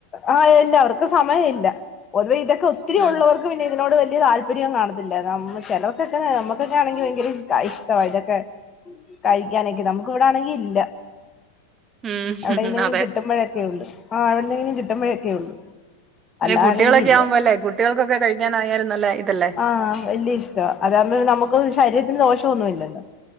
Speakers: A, on the left; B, on the right.
A: ആഹ് ഇല്ല അവർക്ക് സമയ ഇല്ല പൊതുവെ ഇതൊക്കെ ഒത്തിരി
B: ഉം
A: ഉള്ളവർ ക്കൊക്കെ പിന്നെ ഇതിനോട് വലിയ താല്പര്യം കാണത്തില്ല നമ് ചേലോർക്കക്കെ നമ്മക്കൊക്കെ ആണെങ്കി ഭയങ്കര ഇഷ്ട ഇഷ്ടവാ ഇതൊക്കെ കഴിക്കാനൊക്കെ, നമുക്ക് ഇവിട ആണെങ്കി ഇല്ല.
B: ഉം
A: എവിടെന്നേലും
B: അതെ
A: കിട്ടുമ്പഴക്കെ ഉള്ളു ആഹ് എവിടന്നെങ്കിലും കിട്ടുമ്പഴക്കെ ഉള്ളു
B: അതെ
A: അല്ലാണെങ്കി
B: കുട്ടികളൊക്കെ
A: ഇല്ല
B: ആവുമ്പോ അല്ലേ കുട്ടികൾക്കൊക്കെ കഴിക്കാനായാലും നല്ല ഇതല്ലേ.
A: ആഹ് വല്യ ഇഷ്ടവാ. അതാകുമ്പോ നമുക്കൊന്നും ശരീരത്തിന് ദോഷവൊന്നും ഇല്ലല്ലോ.